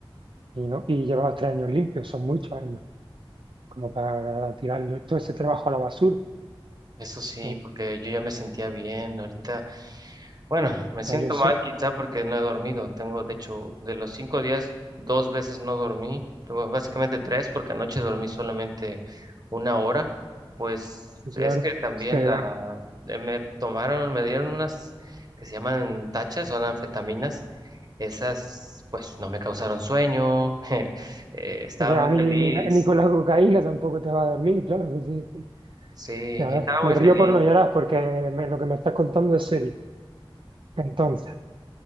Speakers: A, on the right; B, on the right.
A: y, no, y llevabas tres años limpios, son muchos años, como para tirarlo todo ese trabajo a la basura.
B: Eso sí,
A: Yo,
B: porque yo ya me sentía bien. Ahorita, bueno, me siento
A: ya yo sé,
B: mal quizá porque no he dormido. Tengo, de hecho, de los cinco días, dos veces no dormí. Tuve básicamente tres porque anoche dormí solamente una hora. Pues
A: y claro,
B: es que también
A: se
B: la,
A: va.
B: eh, me tomaron, me dieron unas que se llaman tachas, son anfetaminas. Esas, pues no me causaron sueño. <laughs> Eh, estaba
A: O sea,
B: muy feliz.
A: ni, ni, ni con la cocaína tampoco te va a dormir, claro. así que,
B: Sí,
A: a
B: estaba
A: ver, me
B: muy feliz.
A: río por no llorar porque me- lo que me estás contando es serio. Entonces,